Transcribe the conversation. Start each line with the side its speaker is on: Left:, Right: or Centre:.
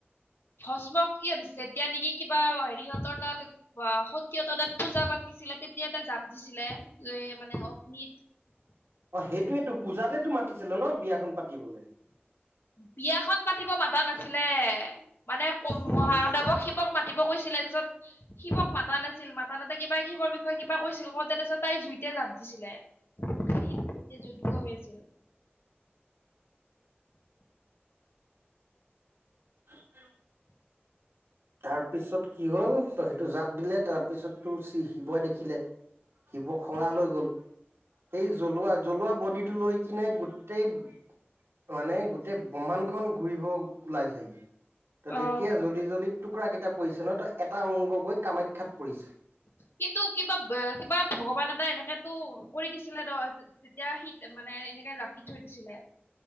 Left: ভস্মক কিয় দিছে এতিয়া নেকি কিবা হেৰিহঁতৰ তাত বা সতীয়তৰ তাত পূজা পাতিছিলে তেতিয়া তাত জাপ দিছিলে যে মানে অগ্নিত
Right: অ সেইটোৱেটো পূজাতেতো মাতিছিল ন বিয়াখন পাতিবলৈ।
Left: বিয়াখন পাতিব মাতা নাছিলে। মানে ক
Right: উম
Left: মহাদেৱক শিৱক মাতিব কৈছিলে তাৰপিছত শিৱক মাতা নাছিল, মাতানতে কিবা শিৱৰ বিষয়ে কিবা কৈছিল কওঁ তে তাৰপিছত তাই জুইতে জাঁপ দিছিলে। সেইটো তেতিয়া যজ্ঞ হৈ আছিল।
Right: <inaudible> তাৰপিছত কি হ'ল ত সেইটো জাপ দিলে তাৰপিছত তো শিৱই দেখিলে শিৱ খঙাল
Left: অ
Right: হৈ গ'ল, সেই জ্বলোৱা জ্বলোৱা বডিটো লৈ কিনে গোটেই মানে গোটেই ব্ৰমাণ্ডখন ঘূৰিব ওলাই চেহি, তো
Left: অ
Right: তেতিয়া জ্বলি জ্বলি টুকুৰা কেইটা পৰিছে ন', ত' এটা অংগ গৈ কামাখ্যাত পৰিছে।
Left: কিন্তু কিবা-কিবা ভগৱান এটাই এনেকাতো কৈ দিছিলে নহয়। তেতিয়া সি মানে এনেকে ৰাখি থৈ দিছিলে।